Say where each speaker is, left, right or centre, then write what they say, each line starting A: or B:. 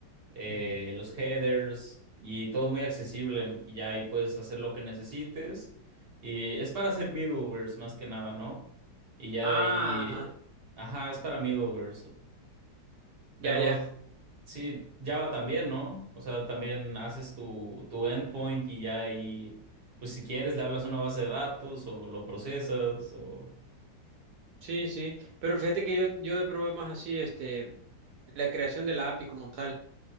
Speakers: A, on the right; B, on the right.
A: eh,
B: Ujú.
A: los headers y todo muy accesible y ya ahí puedes hacer lo que necesites y es para hacer middlewares más que nada, ¿no? Y ya
B: Ah,
A: de ahí,
B: ajá.
A: ajá, es para middlewares. Pero
B: Ya, ya.
A: sí, Java también, ¿no? O sea, también haces tu, tu endpoint y ya ahí, pues si quieres, le hablas a una base de datos o lo procesas o...
B: Sí, sí. Pero fíjate que yo, yo he probado más así, este, la creación de la API como tal.